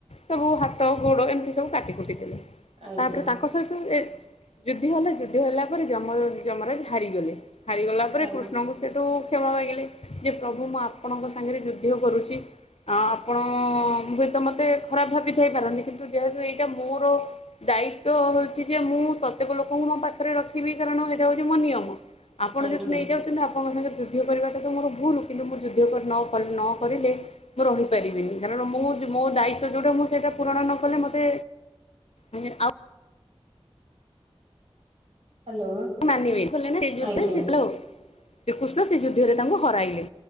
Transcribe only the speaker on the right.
ଆଜ୍ଞା
ଆଜ୍ଞା
ଆଜ୍ଞା
ହ୍ୟାଲୋ
ଆଜ୍ଞା।